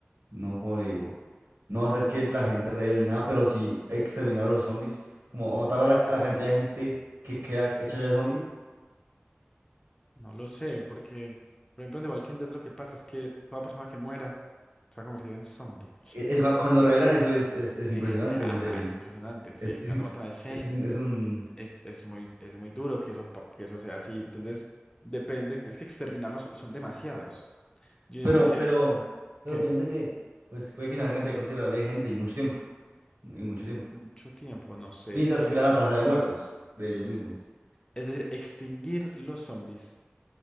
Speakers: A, on the right; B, on the left.
A: no, como lo digo, no hacer que la gente reviva ni nada, pero sí exterminar a los zombies, como a matar a la, a la cantidad de gente que queda hecha ya de zombie?
B: No lo sé, porque, por ejemplo, en The Walking Dead lo que pasa es que toda persona que muera se va a convertir en zombie.
A: Eh, eh, cua- cuando revelan eso es, es, es impresionante
B: Eh, eh, ajá,
A: en la serie.
B: es impresionante, sí,
A: Es,
B: que
A: <laughs>
B: cuando matan a Shane.
A: es un, es un
B: es, es muy, es muy duro que eso, pa- que eso sea así. Entonces, depende. Es que exterminarlos son, son demasiados. Yo siento
A: Pero,
B: que,
A: pero, pero
B: que
A: piensa que pues puede que sea una cantidad considerable de gente y mucho tiempo. Y mucho tiempo.
B: mucho tiempo, no sé,
A: Mientras
B: es que,
A: cuidan la tasa de muertos de ellos mismos.
B: es decir, extinguir los zombies,